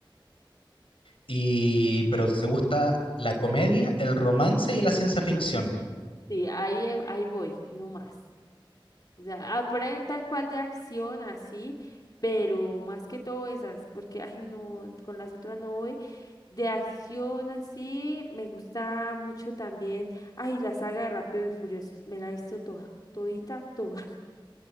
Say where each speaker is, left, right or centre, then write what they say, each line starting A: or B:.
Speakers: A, on the left; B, on the left.
A: Y, pero te gusta la comedia, el romance y la ciencia ficción.
B: Sí, ahí, eh, ahí voy, no más. O sea, ah, por ahí tal cual de acción, así, pero más que todo esas, porque, ay, no, con las otras no voy. De acción, así, me gusta mucho también, ay, la saga de Rápido y Furiosos, me la he visto toda, todita, toda,